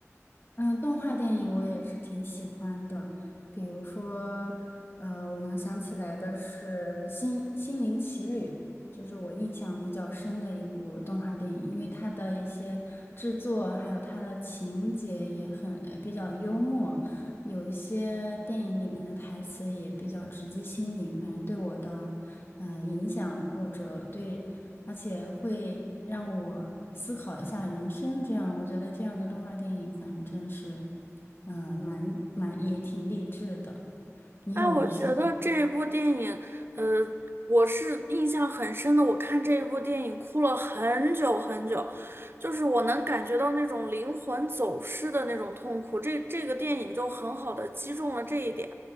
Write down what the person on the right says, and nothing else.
啊，我觉得这一部电影，呃，我是印象很深的。我看这一部电影哭了很久很久，就是我能感觉到那种灵魂走失的那种痛苦。这这个电影就很好的击中了这一点。